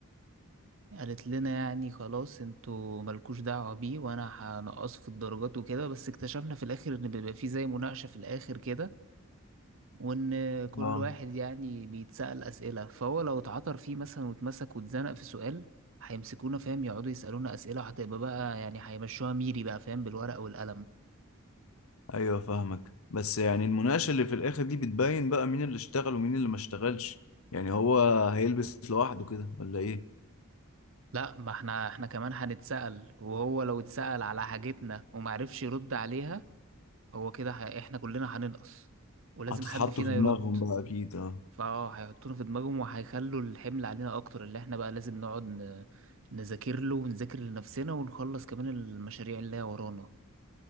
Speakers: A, on the right; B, on the left.
A: قالت لنا يعني خلاص انتوا ملكوش دعوة بيه وانا هنقصه في الدرجات وكده بس اكتشفنا في الاخر ان بيبقى فيه زي مناقشة في الاخر كده وان كل
B: اه
A: واحد يعني بيتسأل اسئلة فهو لو اتعثر فيه مثلا واتمسك واتزنق في سؤال هيمسكونا فاهم يقعدوا يسألونا اسئلة وهتبقى بقى يعني هيمشوها ميري بقى فاهم بالورقة والقلم
B: ايوه فاهمك بس يعني المناقشة اللي في الاخر دي بتبين بقى مين اللي اشتغل ومين اللي ما اشتغلش يعني هو هيلبس لوحده كده ولا ايه
A: لا ما احنا احنا كمان هنتسأل وهو لو اتسأل على حاجتنا ومعرفش يرد عليها هو كده ه- احنا كلنا هننقص ولازم
B: هتتحطوا
A: حد فينا
B: في دماغهم
A: يرد
B: بقى اكيد اه
A: فاه هيحطونا في دماغهم وهيخلوا الحمل علينا اكتر اللي احنا بقى لازم نقعد ن- نذاكر له ونذاكر لنفسنا ونخلص كمان المشاريع اللي هي ورانا